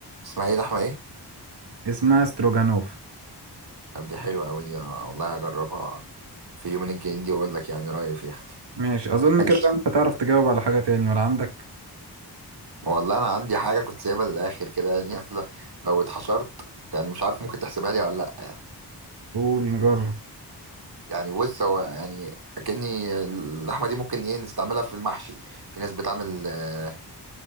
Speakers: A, on the right (about 65°); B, on the right (about 75°).
A: اسمها ايه لحمه ايه
B: اسمها ستروجانوف
A: طب دي حلوه قوي دي انا والله هجربها في يومين الجايين دي واقول لك يعني رايي فيها
B: ماشي اظن
A: ماشي
B: كده بقى مش هتعرف تجاوب على حاجة تاني ولا عندك
A: والله انا عندي حاجه كنت سايبها للاخر كده يعني قافله لو اتحشرت يعني مش عارف ممكن تحسبها لي ولا لا
B: قول نجرب
A: يعني بص هو يعني اكني اللحمه دي ممكن ايه نستعملها في المحشي في ناس بتعمل آه،